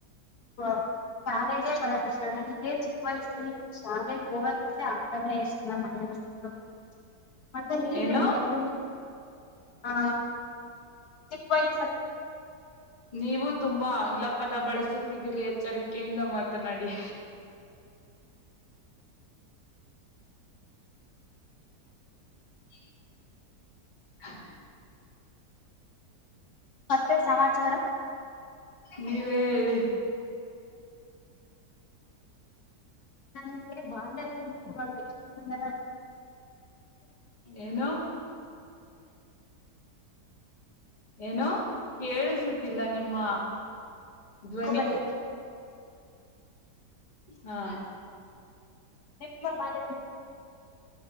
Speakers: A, on the left; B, on the left.
A: ಹಾ. ಶಾಲೆಗೆ ಬ ಡಿಫ್ರಂಟ್ ಆ ಏನ್ ಸಿಕ್ಕಲ್ಸ ಶಾಲೆಗೆ ಹೋಗೋದಂತೆೆ ಆಗ್ತಾನೆ ಇರಲಿಲ್ಲ ಮನೇಲಿ. <unintelligible> ಮತ್ತೆ
B: ಏನು
A: ಹಗ ಆ. ಪೈಸರ್.
B: ನೀವು ತುಂಬಾ ಆಂಗ್ಲ ಪದ ಬಳಸುತ್ತಿದ್ದೀರಿ ಎಚ್ಚರಿಕೆಯಿಂದ ಮಾತನಾಡಿ
A: <unintelligible>
B: <unintelligible>
A: ಮತ್ತೆ ಸಮಾಚಾರ
B: ನೀವೇ ಹೇಳಿ
A: ನೆ ಬಾಲ್ಲ ನಪು ಎಷ್ಟುಂದರ
B: ಏನೊ ಏನೋ ಕೇಳಿಸತಿಲ್ಲ ನಿಮ್ಮ ಧ್ವನಿ
A: ಕೊಗಡೆ
B: ಹಾ
A: ನಿ <unintelligible>